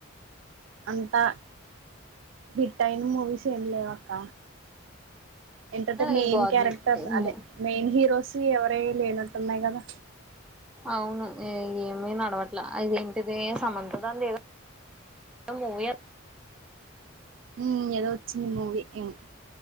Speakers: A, on the right; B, in the centre.
A: అంతా హిట్ అయిన మూవీస్ ఏం లేవ్ అక్క. ఏంటంటే మెయిన్
B: ఈ గవర్నమెంట్
A: క్యారెక్టర్స్ అదే మెయిన్ హీరోస్ ఎవరే లేనట్టున్నాయి కదా
B: అవును ఏమీ నడవట్ల అదేంటిది సమంత దాన్దేదో మూవీ అద్
A: మ్మ్ ఎదో వచ్చింది మూవీ ఇంత